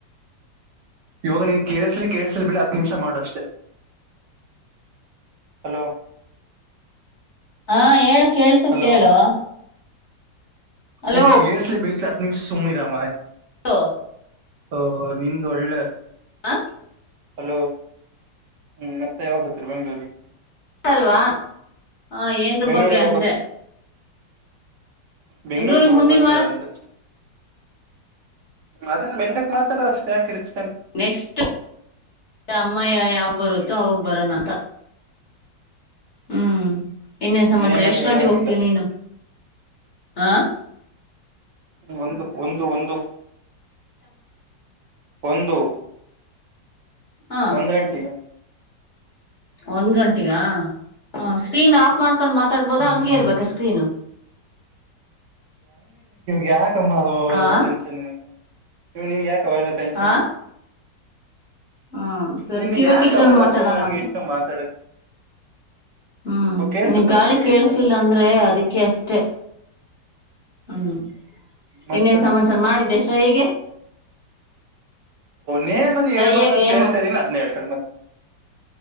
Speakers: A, on the right (about 70°); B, on the left (about 40°).
A: ಇವಾಗ ನೀನ್ ಕೇಳಸ್ಲಿ ಕೇಳಸ್ಲಿ ಬಿಳ ಹತ್ತು ನಿಮಿಷ ಮಾಡುಷ್ಟೇ ಹಲೋ
B: ಹಾ ಹೇಳು ಕೇಳ್ಸತ್
A: ಹಲೋ
B: ಹೇಳು ಹಲೋ
A: ನಿಂಗ್ ಪೀ ಎಸ್ ಐ ಬಲ್ಸ ಆತ್ಮ ಸುಮನ ರರಾಮ
B: ಹ
A: ಹ ನಿಂದು ಒಳ್ಳೆ
B: ಹ
A: ಹಲೋ ಹ್ಮ್ ಮತ್ತೆ ಯಾವಾಗ ಬತ್ತರಿ ಬೆಂಗ್ಳೂರಿಗೆ
B: ಅಲ್ವಾ ಹ ಏನ್ರ
A: ಬೆಂಗ್ಳೂರ್
B: ಬಗ್ಗೆ
A: ಯಾವಾಗ
B: ಅಂದೆ
A: ಬೆಂಗ್ಳೂರಿಗೆ
B: ಬೆಂಗ್ಳೂರಿಗ್
A: ಹೋಗಾಗ್
B: ಮುಂದಿನ
A: ಬರ್ತೀರ
B: ವಾರ
A: ಅಂದಷ್ಟ ಅದನ್ನ ಬೆಲ್ಲಕ್ ಮಾತಾಡ ಅಷ್ಟು ಯಾಕೆ ಇರ್ಚ
B: ನೆಕ್ಸ್ಟ್ ಅಮ್ಮಯ್ಯ ಯಾವಾಗ ಬರುತ್ತೋ
A: ಹ್ಮ್
B: ಅವಾಗ ಬರೋಣ ಅಂತ ಹ್ಮ್ ಇನ್ನೇನ್ ಸಮಾಚಾರ
A: ನೇಮ್ ಎಲ್ಲ
B: ಎಷ್ಟ್
A: ಹೇಳಂಗಿಲ್ಲ
B: ಗಂಟೆಗೆ ಹೋಗ್ತೀವಿ ನೀನು ಹ
A: ಒಂದು ಒಂದು ಒಂದು ಒಂದು
B: ಹ
A: ಒಂದ ಗಂಟಿಗೆ
B: ಒಂದ್ ಗಂಟೆಗ ಹ ಸ್ಕ್ರೀನ್ ಆಫ್ ಮಾಡ್ಕೊಂಡ್ ಮಾತಾಡ್ಬೋದ
A: ಹ್ಮ್
B: ಹಂಗೇ ಇರ್ಬೇಕ ಸ್ಕ್ರೀನು
A: ಯಾಕುವ ಅವಲ್ಲ
B: ಹಾ
A: ಟೆನ್ನ್ ಯಾಕ ಅವಲ್ಲ ಟೆನ್ಷನ್
B: ಹಾ ಹಾ ಸರಿ
A: ನಿನ್
B: ಕಿವ್ಯಾಕ್
A: ಯಾಕ
B: ಇಟ್ಕೊಂಡ್
A: ಅವೆಲ್ಲ
B: ಮಾತಾಡೋಣ
A: ಸುಮ್ನೆ ನಂಗಗೆ
B: ಅಂತ
A: ಇಟ್ಕೊಂಡ ಮಾತಾಡಕ್
B: ಹ್ಮ್
A: ಕೇಳ್ಸುತ್ತಲ್ಲ
B: ನೀ ಗಾಳಿ
A: ಕಿವಾಗ
B: ಕೇಳಸಿಲ್ಲ
A: ಇಟ್ಕೊಂಡು
B: ಅಂದ್ರೆ ಅದಕ್ಕೆ ಅಷ್ಟೆ ಹ್ಮ್
A: ಮತ್ತೆ
B: ಇನ್ನೇನ್ ಸಮಾನ್ಚಾರ ಮಾಡಿದ್ದೆ ಶ ಹೇಗೆ
A: ನೇಮ್ ಅಲ್ಲಿ
B: ಶ್ರಯ್ಯಗೆ
A: ಹೇಳ್ಬಾರ್ದು ಅಂತ ಹೇಳ್ತಾ ಇದೀನಿ ಅದ್ನ ಹೇಳ್ತಾರೆ ಮತ್ತೆ